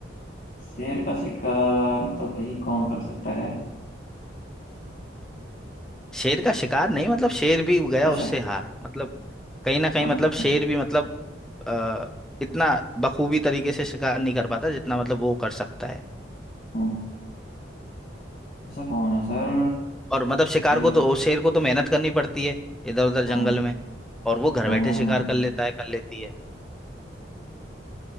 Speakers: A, on the left; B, in the centre.
A: शेर का शिकार तो भाई कौन कर सकता है
B: शेर का शिकार नहीं मतलब शेर भी गया
A: अच्छा
B: उससे हार मतलब कहीं ना कहीं
A: अच्छा
B: मतलब
A: अच्छा
B: शेर भी मतलब आ, इतना बखूबी तरीके से शिकार नहीं कर पाता जितना मतलब वो कर सकता है
A: हम्म, ऐसा कौन है सर
B: और मतलब शिकार
A: शेर
B: को तो ओ, शेर को तो मेहनत करनी पड़ती है इधर उधर जंगल
A: हम्म
B: में और वो घर
A: हम्म,
B: बैठे शिकार कर लेता है कर लेती है